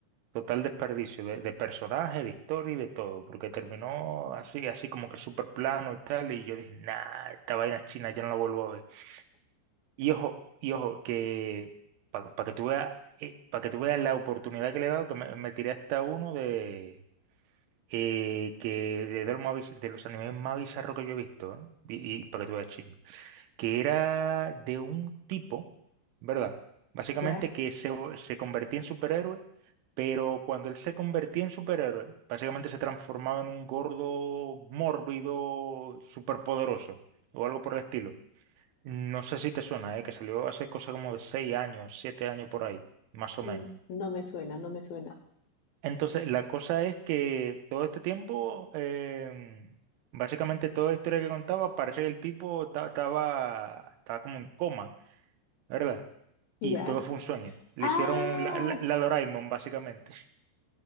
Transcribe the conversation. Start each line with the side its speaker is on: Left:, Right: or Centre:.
Right: Total desperdicio de, de personaje, de historia y de todo, porque terminó así, así como que súper plano y tal, y yo dije, nah, esta vaina china ya no la vuelvo a ver. Y ojo, y ojo, que para que tú veas, para que tú veas la oportunidad que le he dado, que me, me tiré hasta uno de, eh, que, de, de los más biz- de los animes más bizarros que yo he visto, ¿eh? Y, para que tú veas chino que era de un tipo, ¿verdad? Básicamente
Left: Ya.
Right: que se, se convertía en superhéroe, pero cuando él se convertía en superhéroe, básicamente se transformaba en un gordo mórbido superpoderoso o algo por el estilo. No sé si te suena, ¿eh? Que salió hace cosa como de seis años, siete años por ahí, más o
Left: Mm,
Right: menos.
Left: No me suena, no me suena.
Right: Entonces, la cosa es que todo este tiempo, em, básicamente toda la historia que contaba, parece que el tipo ta- estaba, estaba como en coma. ¿verdad?
Left: Ya.
Right: y todo fue un sueño. Le
Left: Ah,
Right: hicieron la, la, la Doraemon, básicamente.